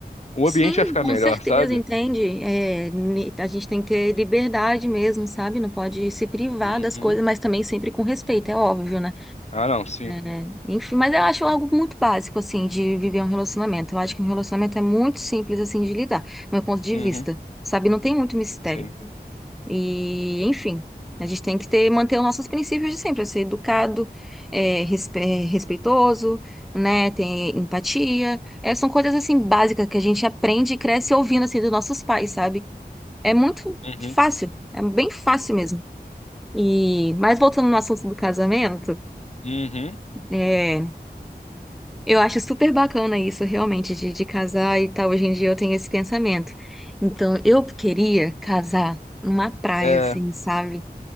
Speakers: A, on the left; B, in the centre.
A: o
B: Sim,
A: ambiente vai ficar
B: com
A: melhor,
B: certeza,
A: sabe?
B: entende? É, ni- a gente tem que ter liberdade mesmo, sabe? Não pode se privar
A: Uhum.
B: das coisas, mas também sempre com respeito, é óbvio, né?
A: Ah, não, sim.
B: É, enfim, mas eu acho algo muito básico, assim, de viver um relacionamento. Eu acho que um relacionamento é muito simples, assim, de lidar, do meu ponto de
A: Uhum.
B: vista. Sabe? Não tem muito mistério.
A: Sim.
B: E, enfim, a gente tem que ter, manter os nossos princípios de sempre, é ser educado, é, respe- é, respeitoso, né, ter empatia. É, são coisas, assim, básicas que a gente aprende e cresce ouvindo, assim, dos nossos pais, sabe? É muito
A: Uhum.
B: fácil, é bem fácil mesmo. E, mas voltando no assunto do casamento,
A: Uhum.
B: é, eu acho super bacana isso, realmente, de, de casar e tal. Hoje em dia eu tenho esse pensamento. Então, eu queria casar numa praia,
A: É.
B: assim, sabe?